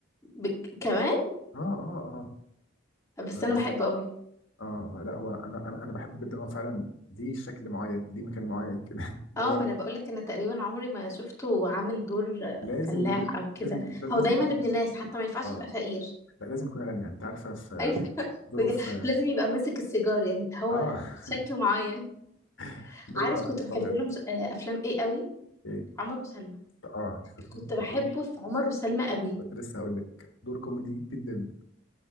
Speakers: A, on the left (about 15°); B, on the left (about 70°).
A: ب... كمان
B: اه اه اه
A: بس
B: طبيب
A: انا
B: بشري
A: بحبه قوي
B: اه لا هو انا انا انا بحبه جدا هو فعلا ليه شكل معين ليه مكان معين كده <laughs> اللي
A: اه
B: هو
A: ما انا بقول لك انا تقريبا عمري ما شفته عامل دور
B: لازم
A: فلاح
B: يكون
A: او كده
B: لازم
A: هو
B: لازم
A: دايما
B: يكون
A: ابن
B: غني
A: الناس حتى ما ينفعش
B: اه
A: يبقى فقير <laughs>
B: لا لازم يكون غني يعني انت عارفه في
A: ايوه
B: دوره
A: بجد
B: في
A: ولازم يبقى ماسك السيجار يعني هو
B: اه
A: شكله معين
B: <laughs> ظروف
A: عارف
B: عباس
A: كنت بحب
B: الابيض
A: لهم س- آه، افلام ايه قوي
B: ايه
A: عمر وسلمى
B: اه كنت كنت
A: كنت بحبه
B: كنت,
A: في عمر وسلمى قوي
B: كنت لسه هقول لك دور كوميدي جدا